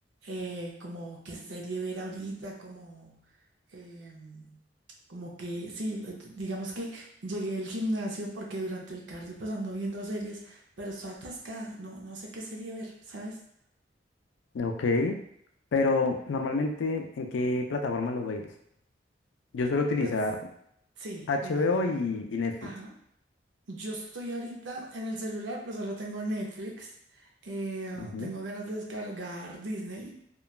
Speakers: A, on the right; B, on the left.
A: eh, como qué serie ver ahorita, como, em, como que, sí, eh, digamos que llegué al gimnasio porque durante el cardio pues ando viendo series, pero estoy atascada, no, no sé qué serie ver, ¿sabes?
B: Ok, pero normalmente, ¿en qué plataforma lo ves? Yo suelo utilizar
A: Pues sí,
B: HBO
A: dime, dime.
B: y, y Netflix.
A: Ajá. Yo estoy ahorita en el celular, pues solo tengo Netflix. eh,
B: Ujú,
A: tengo ganas de descargar Disney.